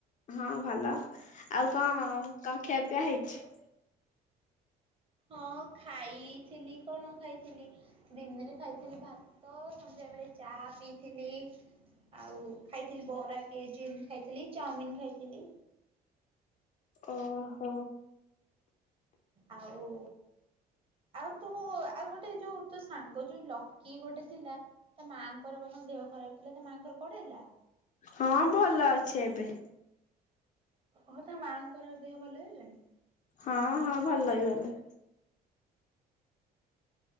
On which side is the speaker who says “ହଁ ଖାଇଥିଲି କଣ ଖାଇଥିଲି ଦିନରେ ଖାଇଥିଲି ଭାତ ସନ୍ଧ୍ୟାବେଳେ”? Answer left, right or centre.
Right